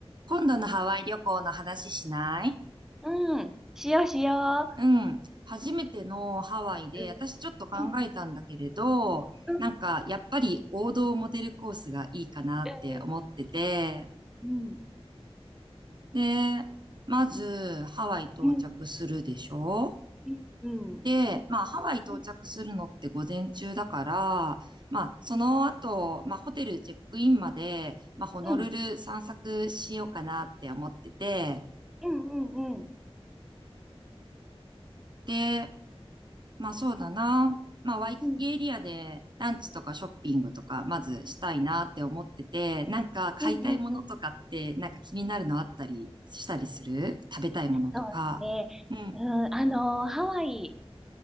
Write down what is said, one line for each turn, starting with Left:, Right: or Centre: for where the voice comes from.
Right: 今度のハワイ旅行の話しない
Centre: うん。しようしよ
Right: うん。初めてのハワイで、
Centre: う。
Right: 私ちょっと考えたんだけれど、
Centre: うん。うん。
Right: なんかやっぱり王道モデルコースがいいかなって思ってて、
Centre: うん。うん。
Right: で、まずハワイ到着するでしょ
Centre: うん。うん。うん。
Right: で、まあハワイ到着するのって午前中だから、
Centre: うん。
Right: まあその後、まあホテルチェックインまで、まあホノルル散策しようかなって思ってて、
Centre: うん。うん。うん。うん。
Right: で、まあそうだな。まあワイキキエリアでランチとかショッピングとかまずしたいなって思ってて、
Centre: うん。うん。
Right: なんか買いたいものとかってなんか気になるのあったりしたりする食べたいものとか。
Centre: うん。うん。そうだね。
Right: うん。
Centre: うん。あの、ハワイ、